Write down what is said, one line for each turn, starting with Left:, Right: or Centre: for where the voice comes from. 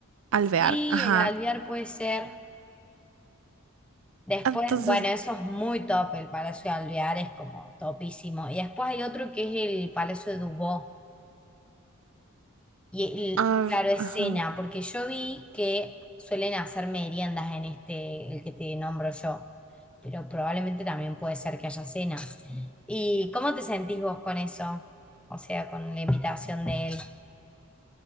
Right: Alvear,
Centre: Sí,
Right: ajá.
Centre: el Alvear puede ser. Después,
Right: Entonces,
Centre: bueno, eso es muy top, el Palacio de Alvear es como topísimo. Y después hay otro que es el Palacio de Dubó. Y,
Right: ah,
Centre: el- claro, es
Right: ajá.
Centre: cena, porque yo vi que suelen hacer meriendas en este, el que te nombro yo, pero probablemente también puede ser que haya cenas. ¿Y cómo te sentís vos con eso? O sea, con la invitación de él. <laughs>